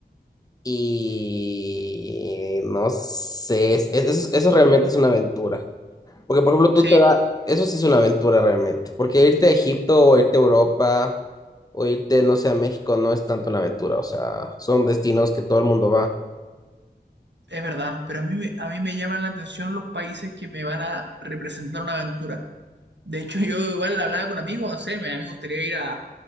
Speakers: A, on the left; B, on the right.
A: y no sé, es- es- eso, eso realmente es una aventura. Porque, por ejemplo, tú
B: Sí,
A: te vas, eso sí es una aventura realmente, porque irte a Egipto o irte a Europa o irte, no sé, a México no es tanto una aventura, o sea, son destinos que todo el mundo va.
B: es verdad. Pero a mí, me- a mí me llaman la atención los países que me van a representar una aventura. De hecho, <laughs> yo igual hablaba con amigos, no sé, me, a mí me gustaría ir a,